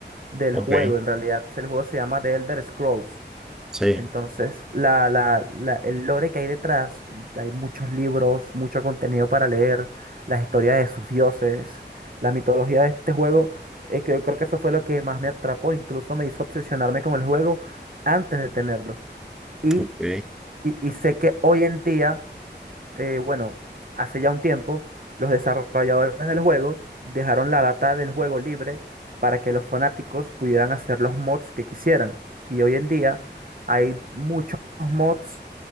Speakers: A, on the right; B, in the centre.
A: del
B: ok.
A: juego, en realidad el juego se llama The Elder Scrolls.
B: Sí,
A: Entonces, la, la- la- el lore que hay detrás, hay muchos libros, mucho contenido para leer, las historias de sus dioses, la mitología de este juego, eh, que yo creo que eso fue lo que más me atrapó, incluso me hizo obsesionarme con el juego antes de tenerlo. Y,
B: ok,
A: y, y sé que hoy en día eh, bueno, hace ya un tiempo, los desarrolladores del juego dejaron la data del juego libre para que los fanáticos pudieran hacer los mods que quisieran. Y hoy en día hay muchos mods